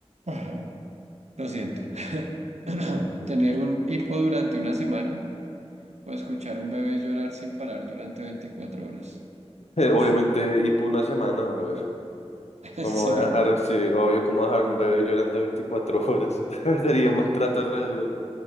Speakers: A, on the right; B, on the left.
A: Ah, Lo siento. <laughs> <clears throat> ¿Tener un hipo durante una semana o escuchar un bebé llorar sin parar durante 24 horas?
B: Eh, obviamente,
A: Uy,
B: y por una semana, brother.
A: <laughs> ¿en
B: ¿Cómo
A: serio?
B: voy a dejar, sí, obvio, cómo dejar un bebé llorando 24 horas? <laughs> Sería
A: El
B: un maltrato re duro, güey.